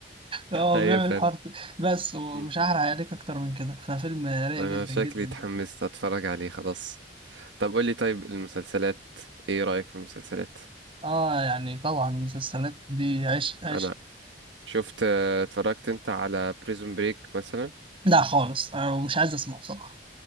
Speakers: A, on the right (about 30°); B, on the right (about 80°).
A: اه
B: ايوه
A: بيعمل
B: فعلا
A: الحوار ده. بس ومش
B: مم.
A: هحرق عليك اكتر من كده ففيلم رايق
B: انا
A: جدا
B: شكلي
A: جدا
B: اتحمست
A: جدا
B: اتفرج عليه خلاص طب قول لي طيب المسلسلات ايه رأيك في المسلسلات
A: اه يعني طبعا المسلسلات دي عشق عشق
B: انا شفت آه، اتفرجت انت على بريزون بريك مثلا
A: لا خالص انا مش عايز اسمع بصراحة